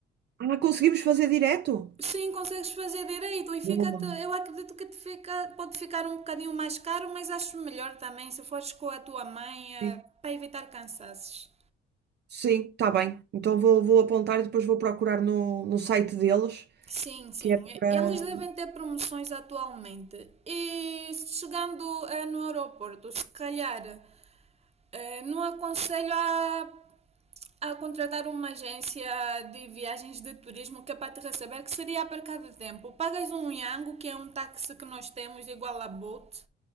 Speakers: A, on the right; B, on the right.
A: Ah, conseguimos fazer direto?
B: Sim, consegues fazer direito e fica
A: Boa.
B: eu acredito que te fica, pode ficar um bocadinho mais caro, mas acho melhor também se fores com a tua mãe eh,
A: Sim,
B: para evitar cansaços.
A: Sim, tá bem. Então vou, vou apontar e depois vou procurar no, no site deles,
B: Sim, sim,
A: que é para.
B: eles devem ter promoções atualmente. E chegando eh, no aeroporto, se calhar eh, não aconselho a a contratar uma agência de viagens de turismo que é para te receber, que seria a cada tempo. Pagas um Yango, que é um táxi que nós temos igual a Bolt,